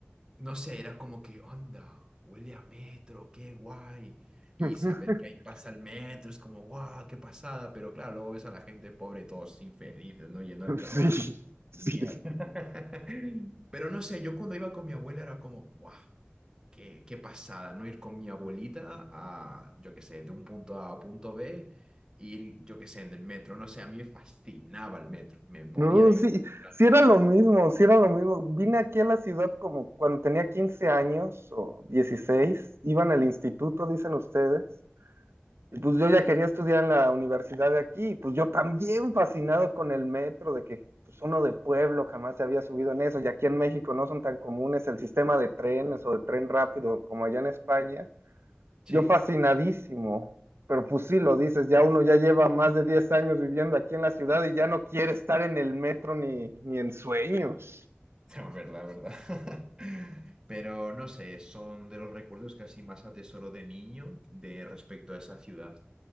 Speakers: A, on the right; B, on the right.
A: No sé, era como que, onda, huele a metro, qué guay. Y
B: <laughs>
A: saber que ahí pasa el metro es como, guau, qué pasada. Pero claro, luego ves a la gente pobre, todos infelices, ¿no? Yendo al trabajo.
B: Sí, sí.
A: Mierda. <laughs> Pero no sé, yo cuando iba con mi abuela era como, guau, qué, qué pasada, ¿no? Ir con mi abuelita a, yo qué sé, de un punto A a punto B, ir, yo qué sé, en el metro. No sé, a mí me fascinaba el metro, me moría
B: No,
A: de
B: sí,
A: ganas de ir
B: sí
A: al metro.
B: era lo mismo, sí era lo mismo. Vine aquí a la ciudad como cuando tenía 15 años o 16. iban al instituto, dicen ustedes, y pues yo ya quería estudiar en la universidad de aquí, y pues yo también fascinado con el metro, de que pues uno de pueblo jamás se había subido en eso, y aquí en México no son tan comunes el sistema de trenes o de tren rápido como allá en España.
A: Sí.
B: Yo fascinadísimo, pero pues sí lo dices, ya uno ya lleva más de 10 años viviendo aquí en la ciudad y ya no quiere estar en el metro ni, ni en sueños.
A: <laughs> No, verdad, verdad. <laughs> Pero no sé, son de los recuerdos que así más atesoro de niño de respecto a esa ciudad.